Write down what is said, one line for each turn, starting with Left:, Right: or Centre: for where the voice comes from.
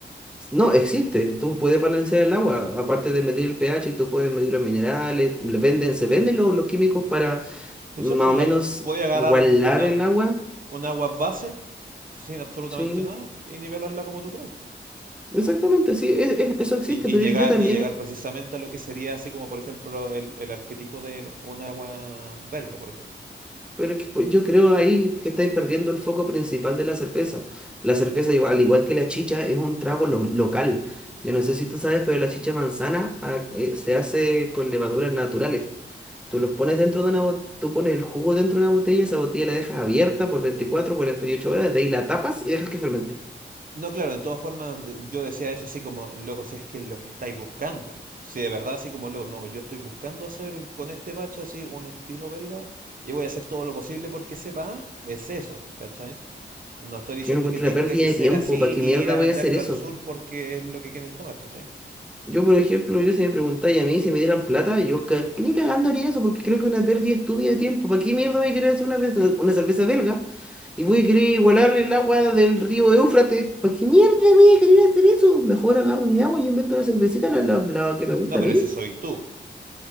Centre: No, existe, tú puedes balancear el agua, aparte de medir el pH, tú puedes medir los minerales, le venden, se venden los, los químicos para
Right: Entonces,
Centre: más
Right: pues
Centre: o menos
Right: la p- podéis agarrar
Centre: igualar
Right: un, una,
Centre: el agua,
Right: un agua base sin absolutamente
Centre: sí.
Right: nada y nivelarla como tú queráis.
Centre: Exactamente, sí, e- e- eso existe,
Right: Y, y
Centre: pero
Right: llegar,
Centre: yo, yo también
Right: y llegar precisamente a lo que sería así como, por ejemplo, el, el arquetipo de un agua belga, por ejemplo.
Centre: Pero es que pues, yo creo ahí que estáis perdiendo el foco principal de la cerveza. La cerveza, igual- al igual que la chicha, es un trago lo- local. Yo no sé si tú sabes, pero la chicha manzana ah, eh, se hace con levaduras naturales. Tú los pones dentro de una botella, tú pones el jugo dentro de una botella, esa botella la dejas abierta por 24, 48 horas, de ahí la tapas y dejas que fermente.
Right: No, claro, de todas formas de- yo decía eso así como, loco, si es que es lo que estáis buscando. Si de verdad así como, loco, no, yo estoy buscando hacer con este bache así un estilo belga y voy a hacer todo lo posible porque sepa, es eso, ¿cachai? No estoy diciendo
Centre: Que yo no encuentro
Right: que tenga
Centre: una pérdida
Right: que
Centre: de
Right: ser
Centre: tiempo,
Right: así
Centre: ¿para qué
Right: y
Centre: mierda
Right: ir a
Centre: voy
Right: venderlo
Centre: a hacer eso?
Right: al sur porque es lo que quieren tomar, ¿cachai?
Centre: Yo, por ejemplo, yo si me preguntáis a mí si me dieran plata, yo ca- ni cagando haría eso porque creo que es una pérdida estúpida de tiempo. ¿Para qué mierda voy a querer hacer una, cerveza- una cerveza belga y voy a querer igualar el agua del río Éufrates? ¿Para qué mierda voy a querer hacer eso? Mejor agarro mi agua y invento una cervecita, la, la- la que me gusta
Right: No,
Centre: a
Right: pero
Centre: mí.
Right: ese soy tú.